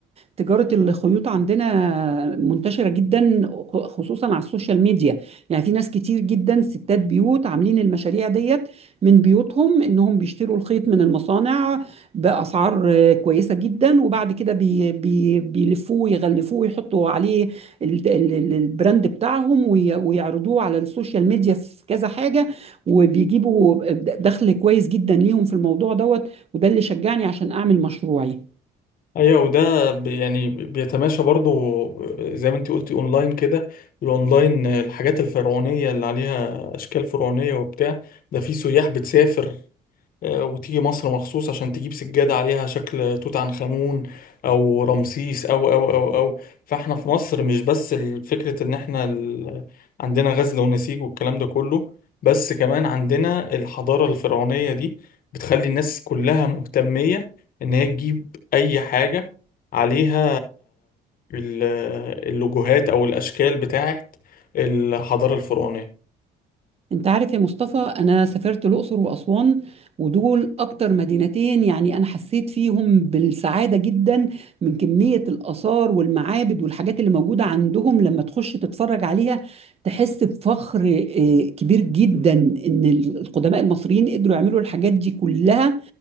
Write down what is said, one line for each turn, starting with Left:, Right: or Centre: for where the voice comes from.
Right: تجارة الخيوط عندنا منتشرة جدا خصوصا على السوشيال ميديا يعني في ناس كتير جدا ستات بيوت عاملين المشاريع ديت من بيوتهم انهم بيشتروا الخيط من المصانع بأسعار آه، كويسة جدا وبعد كده بي بي بيلفوه يغلفوه ويحطوا عليه ال- ال- ال- البراند بتاعهم وي- ويعرضوه على السوشيال ميديا في كذا حاجة وبيجيبوا دخل كويس جدا ليهم في الموضوع دوت وده اللي شجعني عشان اعمل مشروعي
Left: ايوه وده بي- يعني بيتماشى برضو آه، زي ما انت قلتي اونلاين كده الاونلاين آه، الحاجات الفرعونية اللي عليها اشكال فرعونية وبتاع ده في سياح بتسافر آه، وتيجي مصر مخصوص عشان تجيب سجادة عليها شكل توت عنخ آمون أو رمسيس أو أو أو أو فاحنا في مصر مش بس ال- فكرة إن احنا ال... عندنا غزل ونسيج والكلام ده كله بس كمان عندنا الحضارة الفرعونية دي بتخلي الناس كلها مهتمية إن هي تجيب أي حاجة عليها ال- اللوجوهات أو الأشكال بتاعت الحضارة الفرعونية
Right: انت عارف يا مصطفى انا سافرت الاقصر واسوان ودول اكتر مدينتين يعني انا حسيت فيهم بالسعاده جدا من كميه الاثار والمعابد والحاجات اللي موجوده عندهم لما تخش تتفرج عليها تحس بفخر آه، كبير جدا ان القدماء المصريين قدروا يعملوا الحاجات دي كلها